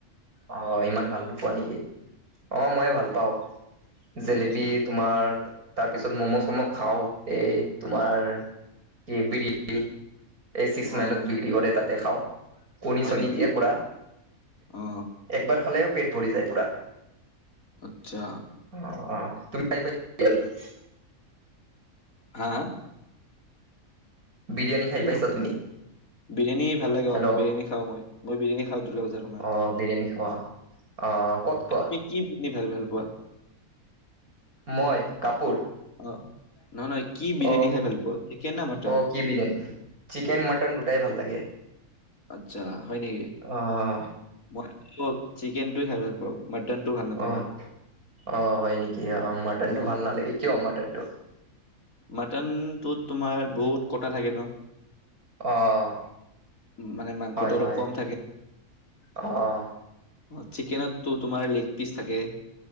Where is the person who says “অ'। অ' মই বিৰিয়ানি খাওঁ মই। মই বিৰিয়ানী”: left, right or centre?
Left